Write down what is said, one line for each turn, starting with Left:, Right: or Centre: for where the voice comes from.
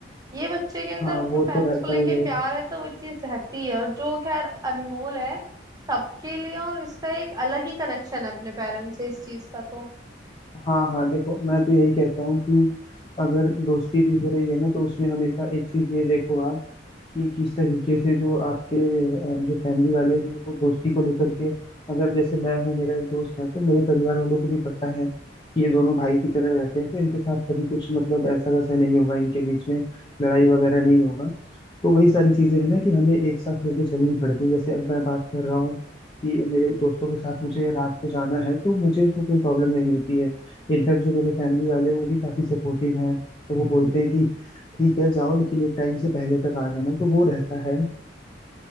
Right: ये बच्चे के अंदर
Left: हाँ
Right: अपने
Left: वो
Right: पेरेंट्स
Left: तो रहता
Right: को लेके
Left: ही है
Right: प्यार है तो वो चीज रहती है और जो खैर अनमोल है सबके लिए और इसका एक अलग ही कनेक्शन है अपने पेरेंट्स से इस चीज का तो
Left: हाँ हाँ देखो मैं तो यही कहता हूँ कि अगर दोस्ती भी हो रही है ना तो उसमें हमेशा एक चीज ये देखो आप कि किस तरीके से जो आपके अ, जो फैमिली वाले हैं वो दोस्ती को लेकर के अगर जैसे मैं हूँ मेरा एक दोस्त है तो मेरे परिवार वालों को भी पता है कि ये दोनों भाई की तरह रहते हैं तो इनके साथ कभी कुछ मतलब ऐसा वैसा नहीं होगा इनके बीच में लड़ाई वगैरह नहीं होगा तो वही सारी चीजें हैं ना कि हमें एक साथ लेके चलनी पड़ती है जैसे अब मैं बात कर रहा हूँ कि मेरे दोस्तों के साथ मुझे रात को जाना है तो मुझे उसमें कोई प्रॉब्लम नहीं होती है इनफैक्ट जो मेरे फैमिली वाले हैं वो भी काफी सपोर्टिव हैं तो वो बोलते हैं कि ठीक है जाओ लेकिन एक टाइम से पहले तक आ जाना तो वो रहता है